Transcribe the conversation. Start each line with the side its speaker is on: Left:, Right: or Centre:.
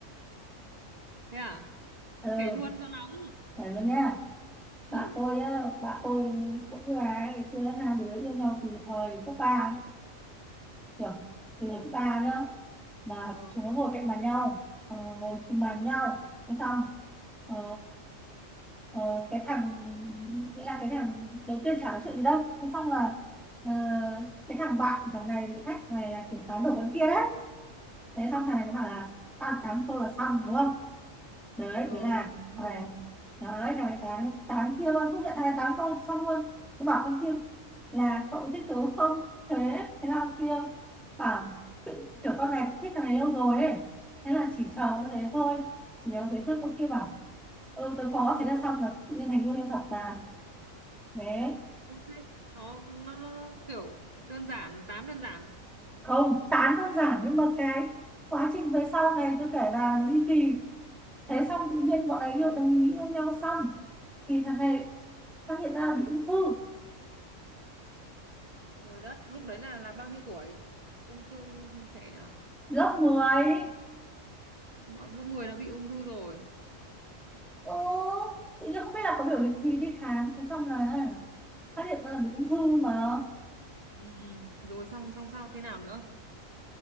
Right: Thế à?
Centre: Ờ,
Right: Kể luôn cho nóng.
Centre: phải luôn nha.
Right: Ừ.
Centre: Bạn tôi á, bạn tôi cũng như bà ấy, ngày xưa hai đứa yêu nhau từ thời cấp ba. kiểu từ lớp ba nhá mà
Right: ừ
Centre: chúng nó ngồi cạnh bàn nhau ờ, ngồi cùng bàn nhau thế xong ờ, ờ, cái thằng nghĩa là cái thằng đầu tiên chả nói chuyện gì đâu thế xong là ờ, cái thằng bạn thằng này bị thách này là kiểu tán đổ con kia đấy thế xong thằng này nó bảo là tao tám câu là xong đúng không đấy
Right: ừ
Centre: thế là
Right: đúng
Centre: thằng
Right: rồi
Centre: này đấy thằng này tán tán kia luôn không nhận thằng này tán câu xong luôn tôi bảo con kia là cậu thích tớ không thế thế là con kia bảo tự kiểu con này thích thằng này lâu rồi ấy thế là chỉ chờ con đấy thôi chỉ nếu thấy thức con kia bảo ừ tớ có thế là xong là tự nhiên thành yêu em thật là, thế
Right: Tốt thế. Nó, nó nó kiểu đơn giản, tám đơn giản.
Centre: không tán đơn giản nhưng mà cái quá trình về sau này tôi kể là ly kỳ thế xong tự nhiên bọn ấy
Right: Ừ.
Centre: yêu đồng ý yêu nhau xong thì thằng này phát hiện ra bị ung thư
Right: Trời đất, lúc đấy là là bao nhiêu tuổi? Ung thư trẻ à?
Centre: lớp 10
Right: Mà Lớp 10 đã bị ung thư rồi.
Centre: ừ tự nhiên không biết là có biểu hiện gì đi khám thế xong là phát hiện ra là bị ung thư mà
Right: Ừ ừ. Rồi xong xong sao thế nào nữa?